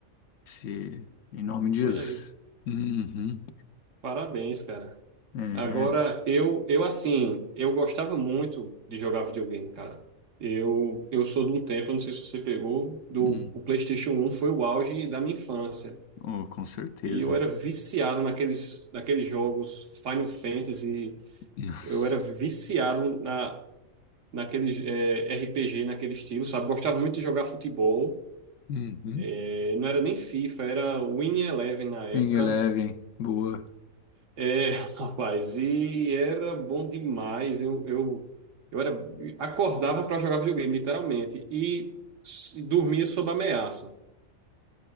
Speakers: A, on the left (about 70°); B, on the right (about 65°).
A: Se... Em nome de
B: Olha
A: Jesus.
B: aí,
A: Uhum.
B: parabéns, cara.
A: É.
B: Agora, eu, eu assim, eu gostava muito de jogar videogame, cara. Eu, eu sou de um tempo, eu não sei se você pegou, do
A: Hum.
B: o PlayStation um foi o auge da minha infância.
A: Oh, com certeza.
B: E eu era viciado naqueles, naqueles jogos Final Fantasy,
A: Nossa.
B: eu era viciado na, naqueles eh, RPG, naquele estilo, sabe? Gostava muito de jogar futebol.
A: Uhum.
B: Eh, não era nem FIFA, era Winning Eleven na época.
A: Minha leve, boa.
B: É, <laughs> rapaz, e era bom demais. Eu, eu, eu era, acordava para jogar videogame, literalmente, e, s- e dormia sob ameaça.